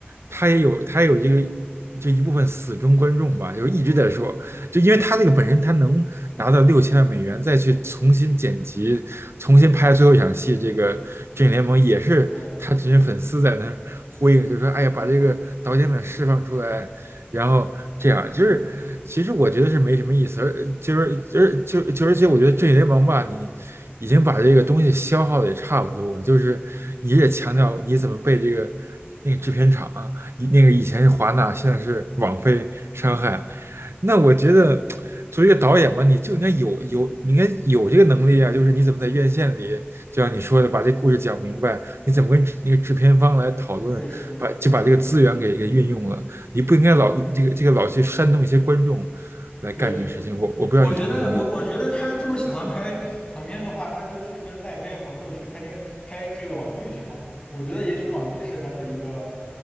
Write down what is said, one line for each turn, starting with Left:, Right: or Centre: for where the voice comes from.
Right: 他也有他也有这个，就一部分死忠观众吧，就一直在说，就因为他这个本身他能拿到六千万美元，再去重新剪辑、重新拍最后一场戏，这个《正义联盟》也是他这些粉丝在那儿呼应，
Left: 对。
Right: 就说：“哎呀，把这个导演们释放出来，然后这样就是，
Left: 是的，
Right: 其实我觉得是没什么意思，而就是就是就就而且我觉得这些王八你已经把这个东西消耗的也差不多了就是你也强调你怎么被这个那个制片厂以那个以前是华纳，现在是网飞伤害，那我觉得作为一个导演吧，你就应该有有你应该有这个能力啊，就是你怎么在院线里，就像你说的把这故事讲明白，你怎么跟那个制片方来讨论，
Left: 确实是的，
Right: 把就把这个资源给给运用了。你不应该老这个这个老去煽动一些观众
Left: 对
Right: 来干这个事情。
Left: 对，
Right: 我我不知道你同不同意，
Left: 我觉得，我我觉得他这么喜欢拍长片的话，他就去跟奈飞合作去拍电拍这个网剧去好了。我觉得也许网剧是他的一个